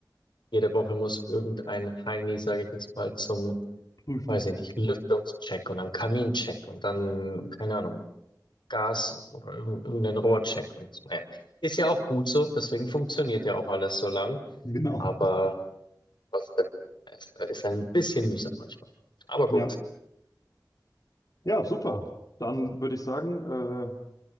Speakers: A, on the left (about 85°); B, on the left (about 55°).
A: Jede Woche muss irgendein Heini, sage ich jetzt mal, zum,
B: prüfen.
A: weiß ich nicht, Lüftungscheck und dann Kamincheck und dann, keine Ahnung, Gas oder irg- irgendein Rohrcheck und naja. Ist ja auch gut so, deswegen funktioniert ja auch alles so lang,
B: Genau.
A: aber trotzdem, es ist ein bisschen mühsam manchmal. Aber gut,
B: Ja. Ja, super. Dann würde ich sagen, äh,